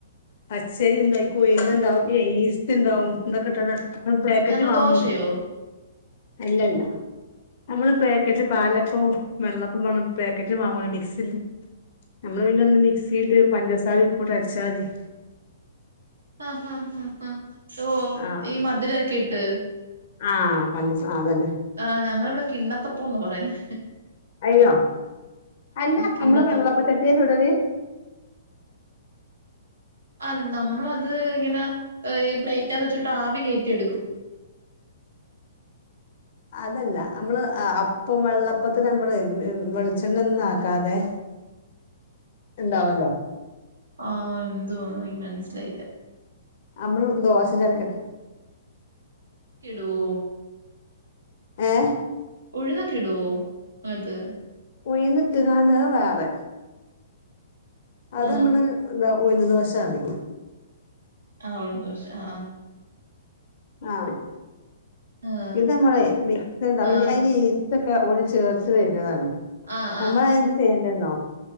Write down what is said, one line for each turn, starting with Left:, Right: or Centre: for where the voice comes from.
Left: പച്ചരി ഇണ്ടായി ഇണ്ടാവും ഈസ്റ്റ് ഇണ്ടാവും എന്തൊക്കെ ഇട്ട അ പാക്കറ്റ്
Right: ഞങ്ങൾ
Left: വാങ്ങൂലേ
Right: ദോശയോ
Left: അല്ലല്ല നമ്മള് പാക്കറ്റ് പാലപ്പവുംവെള്ളപ്പംപറഞ്ഞു പാക്കറ്റ് വാങ്ങൂ മിക്സില് നമ്മള് പിന്നെ ഒന്ന് മിക്സിയിട്ട് പഞ്ചസാര ഉപ്പിട്ട് അടിച്ചാ മതി
Right: ആ ആ ആ ആ ഓ
Left: ആഹ്
Right: ഈ മധുരക്കിട്ട്
Left: ആഹ് പഞ്ചസാ ആ അതന്നെ
Right: ആ ഞങ്ങളിവിടെ കിണ്ണത്തപ്പന്ന് പറയന്ന്
Left: അയ്യോ അല്ല
Right: കിണ്ണത്തപ്പം
Left: നമ്മള് വെളളപ്പ ചട്ടില് ചൂടില്
Right: ആ നമ്മളത് ഇങ്ങനെ ഈ പ്ലേറ്റ് ഇട്ട വെച്ചിട്ട് ആവി കേറ്റിയെടുക്കും
Left: അതല്ല നമ്മള് അപ്പം വെള്ളപ്പത്തിന് നമ്മള് വെളിച്ചെണ്ണ ഒന്നും ആക്കാതെ ഇണ്ടാവല്ലോ
Right: ങാ എന്തുവാ എനിക്ക് മനസിലായില്ല
Left: നമ്മള് ദോശ <unintelligible>
Right: കിടുവോ?
Left: ഏ
Right: ഉഴുന്നെക്കെ ഇടുവോ? അത്
Left: ഉഴുന്നിട്ടുകാണുന്നത് വേറെ അത്
Right: ആഹ്
Left: നമ്മള് എന്ത് ഉഴുന്ന് ദോശ റിം
Right: ആ ദോശ ആ
Left: ആ
Right: ആഹ്
Left: ഇത് നമ്മള്മിക്സ്അതി
Right: ആഹ്
Left: ഈസ്റ്റ് ഒക്കെ ഓരുചേർത്ത് വരുന്നതാണ്.
Right: ആഹ്
Left: നമ്മൾ എന്ത് ചെയ്യണ്ടേന്നോ?